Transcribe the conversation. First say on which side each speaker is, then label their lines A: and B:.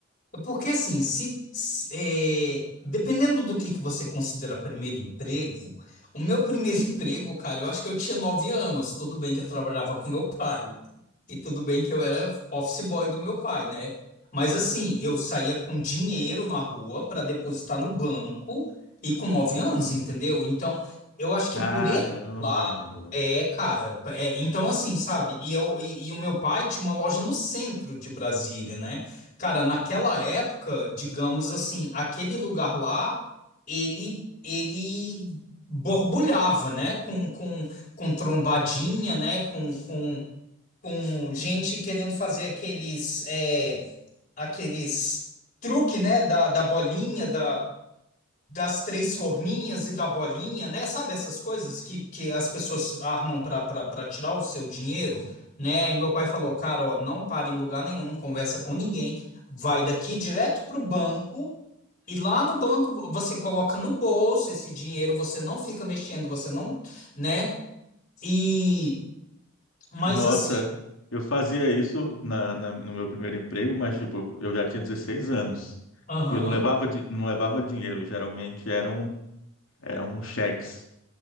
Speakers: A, on the left (about 45°); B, on the left (about 75°).
A: Porque assim, se, se- é, dependendo do que, que você considera primeiro emprego, o meu primeiro <laughs> emprego, cara, eu acho que eu tinha nove anos. Tudo bem que eu trabalhava com meu pai. E tudo bem que eu era office boy do meu pai, né? Mas assim, eu saía com dinheiro na rua para depositar no banco e com nove anos, entendeu? Então, eu acho que
B: Caramba,
A: por esse lado,
B: mano.
A: é, cara. é, então, assim, sabe? E, eu, e, e o meu pai tinha uma loja no centro de Brasília, né? Cara, naquela época, digamos assim, aquele lugar lá, ele, ele borbulhava, né? Com, com, com trombadinha, né? Com, com com gente querendo fazer aqueles é, aqueles truque, né, da, da bolinha, da, das três forminhas e da bolinha, né? Sabe essas coisas que, que as pessoas armam para tirar o seu dinheiro, né? E meu pai falou, cara, ó, não para em lugar nenhum, não conversa com ninguém, vai daqui direto pro banco. E lá no banco você coloca no bolso esse dinheiro, você não fica mexendo, você não, né? E mas
B: Nossa,
A: assim,
B: eu fazia isso na, na- no meu primeiro emprego, mas tipo, eu já tinha 16 anos.
A: aham.
B: E eu não levava, di- não levava dinheiro, geralmente eram, eram cheques.